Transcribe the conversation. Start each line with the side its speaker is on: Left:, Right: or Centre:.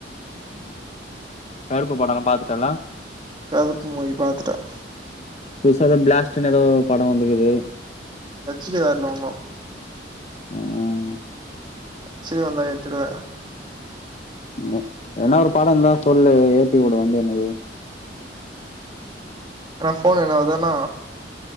Left: உம் கருப்பு படம் எல்லாம் பாத்துட்டல
Right: கருப்பு மூவி பார்த்துட்டேன்
Left: புதுசாக பிளாஸ்டன்னு ஏதோ படம் வந்துக்குது
Right: சச்சிக்க வேரல ஒன்னும்
Left: உம்
Right: செரி வந்தா ஏத்திருவேன்
Left: <unintelligible> படம் தான் சொல்லு ஏத்தி விடு வந்து எனக்கு
Right: ஆனா போன் என்னவுதுதானா